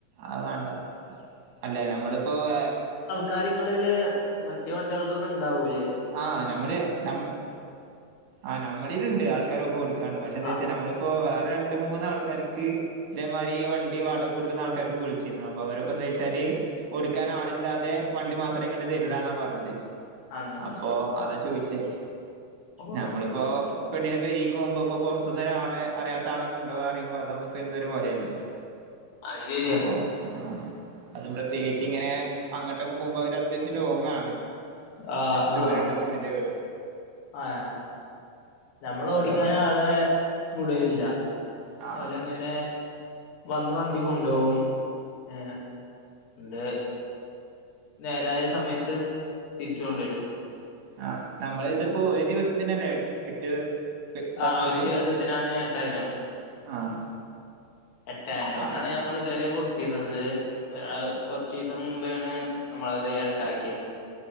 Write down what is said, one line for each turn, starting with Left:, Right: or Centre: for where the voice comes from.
Right: അത് വേണ്ട അല്ലെ ഞമ്മളിപ്പോ വ
Left: കാര്യങ്ങളില് മറ്റു വണ്ടികൾക്കൊക്കെ ഉണ്ടാവൂല്ലേ
Right: ആഹ് നമ്മള് ന ആ നമ്മളിലുണ്ട് ആൾക്കാരൊക്കെ കൊടുക്കാണ്ട് പക്ഷെ എന്താ
Left: ആഹ്
Right: വെച്ചാൽ നമ്മള് ഇപ്പൊ വേറെ രണ്ട് മൂന്ന് ആൾക്കാർക്ക് ഇതേമാതിരി വണ്ടി വാടകക്ക് കൊടുക്കുന്ന ആൾക്കാർക്ക് വിളിച്ചിരുന്നു അപ്പൊ അവരൊക്കെ എന്താ വെച്ചാല് ഓടിക്കാൻ ആളില്ലാതെ വണ്ടി മാത്രേ കണ്ട് തരില്ല എന്നാ പറഞ്ഞത്
Left: അങ്ങനെ
Right: അപ്പൊ അതാ ചോദിച്ചേ
Left: ഓ
Right: നമ്മളിപ്പോ പെണ്ണെ പരിക്ക് പോകുമ്പോ ഇപ്പോ പുറത്തൊന്ന് ഒരാളെ അറിയാത്ത ആളെ കൊണ്ടോവാറിയുമ്പോ അത് നമുക്ക് എന്തോ ഒരു പോലെയല്ലേ <inaudible>
Left: അത് ശരിയ
Right: അപ്പോ ആ അതും പ്രത്യേകിച്ച് ഇങ്ങനെ അങ്ങോട്ടൊക്കെ പോകുമ്പോ അവര് അത്യാവശ്യം ലോങ്ങാണ്
Left: ആഹ്
Right: അത്യാശ്യം ദൂരണ്ട്
Left: ആഹ്
Right: പണ്ണിന്റെ വീട്
Left: ആഹ് നമ്മള്
Right: അപ്പൊ
Left: ഓടിക്കാന്
Right: അതുകൊണ്ടാ
Left: ആള് വിടലില്ല
Right: ആഹ്
Left: ഓലന്നെ അങ്ങനെ വന്ന് എ വണ്ടി കൊണ്ടുപോകും ഏണ്ട് നേരായ സമയത്ത് തിരിച്ചു കൊണ്ടുവരും
Right: ആഹ് ആഹ് നമ്മള് ഇതിപ്പോ ഒരു ദിവസത്തിനല്ലേ എട്ട് പറഞ്ഞത്
Left: ആഹ് ഒരു ദിവസത്തിനാണ് എട്ടായിരം
Right: ആഹ്
Left: എട്ടേ അഞ്ഞൂന്നാണ്
Right: ആഹ്
Left: നമ്മള് ഇതുവരെ കൊടുത്തിരുന്നത് ഇ കൊറച്ചു ദിവസം മുമ്പോണ് നമ്മളത് എട്ടാക്കിയത്